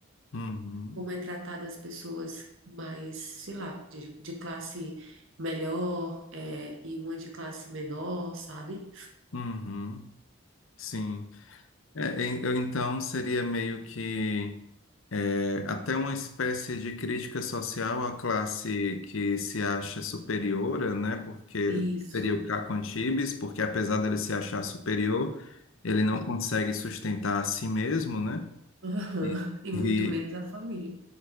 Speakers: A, on the left; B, on the right.
A: Uhum,
B: Como é tratada as pessoas mais, sei lá, de, de classe melhor eh, e uma de classe menor, sabe?
A: uhum, sim. É, en- eu, então seria meio que É, até uma espécie de crítica social à classe que se acha superior, né? Porque
B: Isso,
A: seria o Caco Antibes, porque apesar dele se achar superior, ele não consegue sustentar a si mesmo, né?
B: Aham.
A: E,
B: E muito
A: e-
B: menos a família.